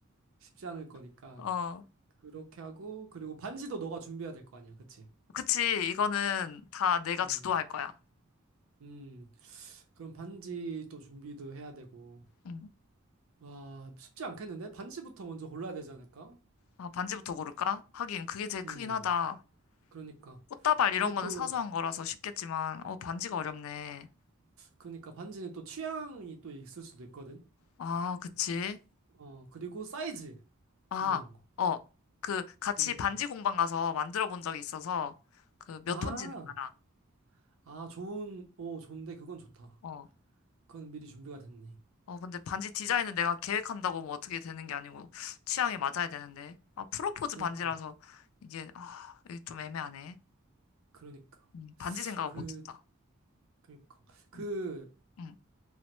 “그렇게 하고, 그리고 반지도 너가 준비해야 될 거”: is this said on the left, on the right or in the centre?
Right